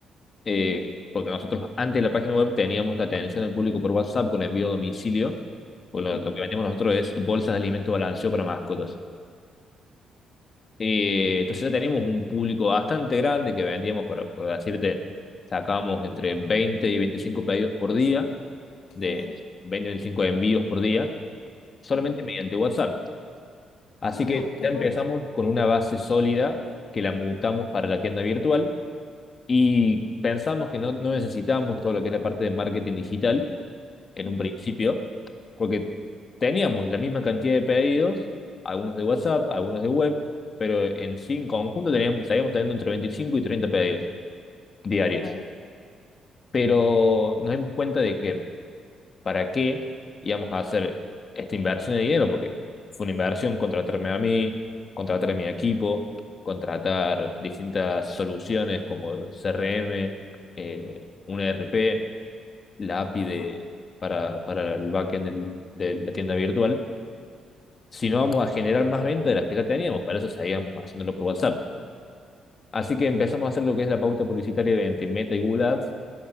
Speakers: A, on the left; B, on the left.
A: eh,
B: Ujú,
A: porque nosotros antes de la página web teníamos la atención del público por WhatsApp con envío a domicilio. porque lo,
B: ujú,
A: lo que vendemos nosotros es bolsas de alimento balanceado para mascotas. Eh, entonces ya teníamos un público bastante grande que vendíamos, por, por decirte, sacábamos entre 20 y 25 pedidos por día,
B: Qué
A: de
B: bien.
A: 20 y 25 envíos por día, solamente
B: ujú.
A: mediante WhatsApp. Así
B: Ah,
A: que
B: qué
A: ya empezamos
B: bueno.
A: con una base sólida que la mutamos para la tienda virtual y pensamos que no, no necesitábamos todo lo que es la parte de marketing digital en
B: ujú,
A: un principio, porque teníamos la misma cantidad de pedidos, algunos de WhatsApp, algunos de web, pero en sí, en conjunto teníamos, estaríamos teniendo entre 25 y 30 pedidos diarios.
B: Vale.
A: Pero nos dimos cuenta de que para qué íbamos a hacer esta inversión de dinero, porque fue una inversión contratarme a mí, contratar a mi equipo, contratar distintas soluciones como CRM, eh, un ERP, la API
B: Ah,
A: de, para, para el backend del- de la tienda virtual, sino vamos a generar más ventas de las que ya teníamos. Para eso seguíamos haciéndolo por WhatsApp. Así que empezamos a hacer lo que es la pauta publicitaria entre Meta y Google Ads